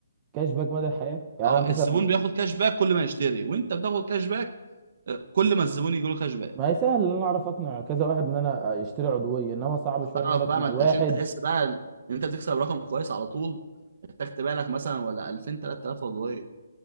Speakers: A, on the right (about 20°); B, on the right (about 60°).
A: كاش باك مدى الحياه يعني
B: اه
A: انا مثلا
B: الزبون بياخد كاش باك كل ما يشتري وانت بتاخد كاش باك آه، كل ما الزبون يجي له كاش باك
A: ما هي سهل ان انا اعرف اقنع كذا واحد ان انا يشتري عضويه انما صعب
B: هتعرف
A: شويه ان انا اقنع
B: بقى ما انت
A: واحد
B: عشان تحس بقى ان انت بتكسب رقم كويس على طول محتاج تبيع لك مثلا ولا 2000 3000 عضويه